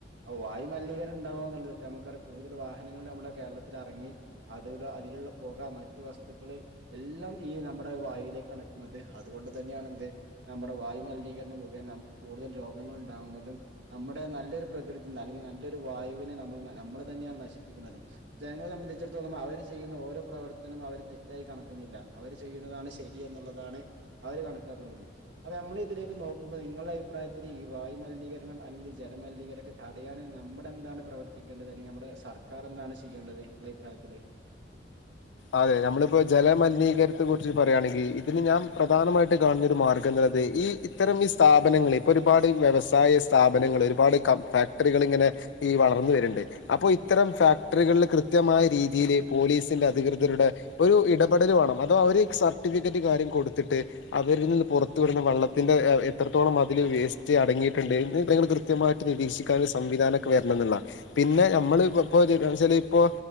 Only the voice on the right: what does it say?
അപ്പ വായുമലിനീകരണം ഉണ്ടാാവുക എന്നുള്ളത് നമുക്ക കൂടുതൽ വാഹനങ്ങൾ നമ്മുടെ കേരളത്തിൽ ഇറങ്ങി അതില അതിലുള്ള പുക മറ്റു വസ്തുക്കള് എല്ലാം ഈ നമ്മുടെ വായുവിലേക്കാണ് എത്തുന്നത് അതുകൊണ്ട് തന്നെയാണ എന്ത് നമ്മുടെ വായുമലിനീകരണം മുുകേന നമുക്ക് കൂടുതൽ രോഗങ്ങൾ ഉണ്ടാാവുന്നതും നമ്മുടെ നല്ലൊരു പ്രകൃതി നിന്ന് അല്ലെങ്കിൽ നല്ലൊരു വായുനെ നമ്മൾ നമ്മളെ തന്നെയാണ് നശിപ്പിക്കുന്നത് ജനങ്ങളെ സംബന്ധിച്ചിടത്തോളം അവർ ചെയ്യുന്ന ഓരോ പ്രവർത്തനവും അവർ തെറ്റായി കണക്കുന്നില്ല അവർ ചെയ്യുന്നതാണ് ശരി എന്നുള്ളതാണ് അവർ കണക്കാക്കുന്നത്ും അപ്പം നമ്മൾ ഇതിലേക്ക് നോക്കുമ്പോൾ നിങ്ങളുടെ അഭിപ്രായത്തിൽ ഈ വായുുമലിനീകരണം അല്ലെങ്കിൽ ഈ ജലമലിനീകരണം തടയൻ നമ്മുടെ എന്താണ് പ്രവർത്തിക്കേണ്ടത് അല്ലെങ്കിൽ നമ്മുടെ സർക്കാർ എന്താണ് ചെയ്യേണ്ടത് നിങ്ങളുടെ അഭിപ്രായത്തില്